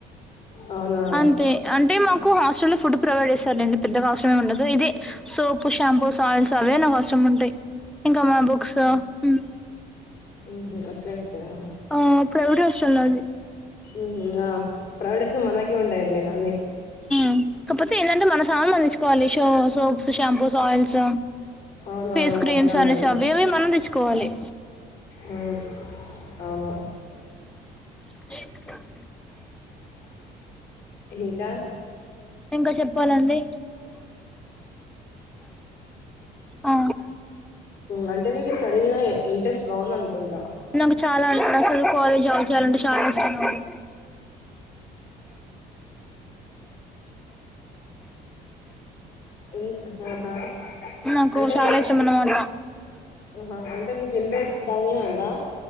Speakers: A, on the left (about 60°); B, in the centre.
A: అవునా
B: అంతే అంటే మాకు హాస్టల్లో ఫుడ్ ప్రొవైడ్ చేసార్ లెండి పెద్దగా అవసరమే ఉండదు ఇది సోపు షాంపూ సాయిల్స్ అవే నావసరం ఉంటాయి ఇంకా మా బుక్స్ మ్
A: మ్ హు అట్లే ఇస్తారా
B: ఆ ప్రైవేట్ హాస్టల్ లో అది
A: మ్ హు ఆ ప్రైవేటయితే మనకే ఉంటయిలేే అన్ని
B: మ్ కాపోతే ఏదంటే మన సామ తెచ్చు కోవాలి షో సోప్స్ షాంపూస్ ఆయిల్స్
A: అవునవును
B: ఫేస్ క్రీమ్స్
A: అట్లా ఉంటది
B: అనేసి అవి ఏవి మనం తెచ్చుకోవాలి
A: ఆ అవును
B: ఈ
A: ఇంకా
B: ఇంక చెప్పాలండి ఆ!
A: మ్ అంటే మీకు స్టడీ మీద ఇంట్రెస్ట్ బావుందనుకుంట
B: నాకు చాలా అంటడు <unintelligible> అసలు కాలేజ్ జాన్ చేయాలంటే చాలా ఇష్టం నాకు
A: ఈ ఆహ హా
B: నాకు
A: అంటే
B: చాలా ఇష్టం అన్నమాట
A: ఆహా అంటే మీకు ఇంట్రెస్ట్ దానిమీద ఉందా